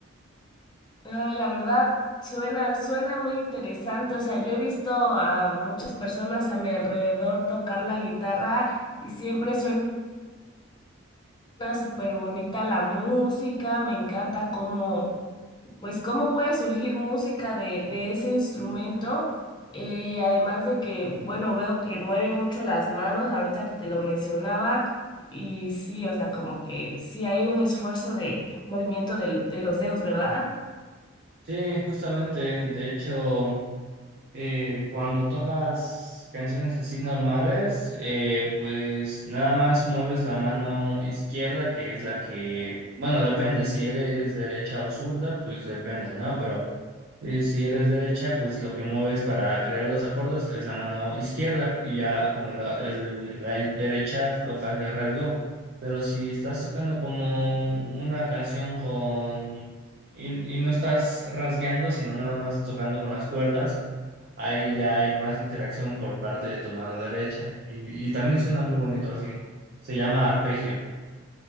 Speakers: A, on the left; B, on the right.
A: Ay, la verdad, suena, suena muy interesante. O sea, yo he visto a muchas personas a mi alrededor tocar la guitarra y siempre suena súper bonita la música. Me encanta cómo pues cómo puede surgir música de, de ese instrumento, Eh, además de que, bueno, veo que mueven mucho las manos, ahorita que te lo mencionaba, y sí, o sea, como que sí hay un esfuerzo de movimiento del- de, los dedos, ¿verdad?
B: Sí, justamente, de hecho, eh, cuando tocas canciones así normales, eh, pues nada más mueves la mano izquierda, que es la que, bueno, depende, si eres derecha o zurda, pues depende, ¿no? Pero Eh, si eres derecha, pues lo que mueves para crear los acordes es la mano izquierda y ya con la, el- la derecha tocas el rasgo. Pero si estás tocando como una canción con y, y no estás rasgueando, sino nada más tocando con las cuerdas, ahí ya hay más interacción por parte de tu mano derecha y, y también suena muy bonito así. Se llama arpegio.